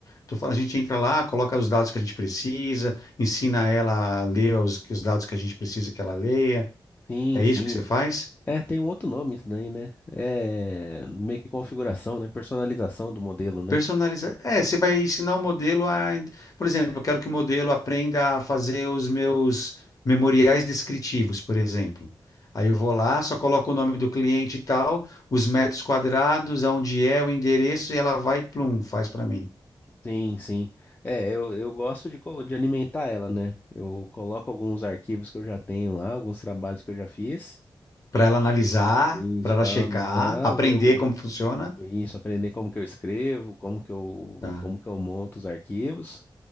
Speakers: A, on the left; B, on the left.
A: tô falando, a gente entra lá, coloca os dados que a gente precisa, ensina ela a ler os, os dados que a gente precisa que ela leia.
B: Sim,
A: É
B: sim.
A: isso que você faz?
B: É, tem um outro nome isso daí, né? É meio que configuração, né? Personalização do modelo, né?
A: Personalizar. É, você vai ensinar o modelo a. Por exemplo, eu quero que o modelo aprenda a fazer os meus memoriais descritivos, por exemplo. Aí eu vou lá, só coloco o nome do cliente e tal, os metros quadrados, aonde é, o endereço, e ela vai, plum, faz para mim.
B: Sim, sim. É, eu, eu gosto de, co- de alimentar ela, né? Eu coloco alguns arquivos que eu já tenho lá, alguns trabalhos que eu já fiz.
A: Para ela analisar,
B: Isso,
A: para ela
B: para
A: checar,
B: analisar,
A: aprender
B: ver o,
A: como funciona.
B: isso, aprender como que eu escrevo, como que eu,
A: Tá,
B: como que eu monto os arquivos.